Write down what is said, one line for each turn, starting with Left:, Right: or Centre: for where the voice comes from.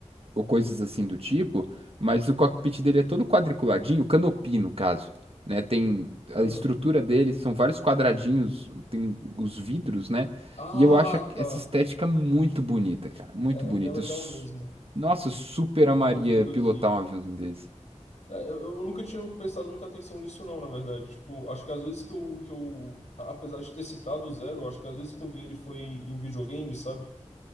Right: ou coisas assim do tipo, mas o cockpit dele é todo quadriculadinho, canopy no caso, né? Tem a
Left: aham.
Right: estrutura dele, são vários quadradinhos, tem os vidros, né?
Left: Ah,
Right: E eu acho
Left: tá.
Right: essa estética muito bonita, cara, muito
Left: É,
Right: bonita.
Left: é bem legal
Right: Eu su-
Left: mesmo.
Right: Nossa, eu super amaria
Left: Eu Tô vendo
Right: pilotar
Left: aqui.
Right: um aviãozinho desse.
Left: É, eu, eu nunca tinha prestado muita atenção nisso, não, na verdade. Tipo, acho que às vezes que eu, que eu, a- apesar de ter citado o zero, acho que às vezes que eu vi ele foi em videogame, sabe?